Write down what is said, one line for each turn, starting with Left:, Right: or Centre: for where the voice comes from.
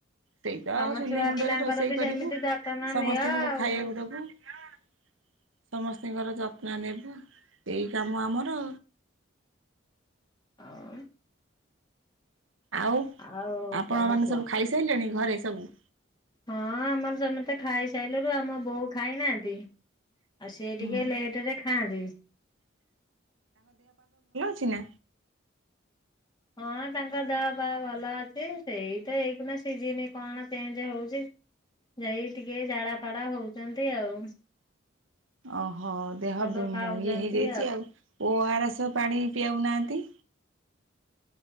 Right: ସେଇ ତ ଆଉ
Left: ତମ
Right: ସୁୁଲି
Left: ଛୁଆ
Right: ମୁଣ୍ଡରେ
Left: ପିଲାଙ୍କର
Right: ରୋଷେଇ
Left: ବି
Right: କରିବୁ
Left: ସେମିତି ଯତ୍ନ
Right: ସମସ୍ତଙ୍କୁ
Left: ନିଅ ଆଉ
Right: ଖାଇବାକୁ ଦବୁ। <inaudible> ସମସ୍ତିଙ୍କର ଯତ୍ନ ନେବୁ ଏଇ କାମ ଆମର।
Left: <unintelligible>
Right: ଆଉ
Left: ଆଉ
Right: ଆପଣମାନେ
Left: କଣ କୁହ?
Right: ସବୁ ଖାଇସାରିଲେଣି ଘରେ ସବୁ।
Left: ହଁ ଆମର ସମସ୍ତେ ଖାଇ ସାରିଲେଣି ଆମ ବୋଉ ଖାଇନାହାନ୍ତି। ଆଉ ସିଏ
Right: ହୁଁ
Left: ଟିକେ ଲେଟରେ ଖାଆନ୍ତି।
Right: କିଛି ନା
Left: ହଁ ତାଙ୍କ ଦେହ ପାହା ଭଲ ଅଛି ସେଇ ତ ଏଇନା ସିଜିିନ କଣ ଚେଞ୍ଜ ହଉଛି? ଯାଇ ଟିକେ ଝାଡା ଫାଡା ହଉଛନ୍ତି ଆଉ।
Right: ଓହୋ ଦେହ
Left: ଔଷଧ
Right: ଇଏ
Left: ଖାଉଛନ୍ତି।
Right: ହେଇଯାଇଛି ଆଉ ଓ ଆର ଏସ ଧ ପାଣି ପିଆଉ ନାହାନ୍ତି।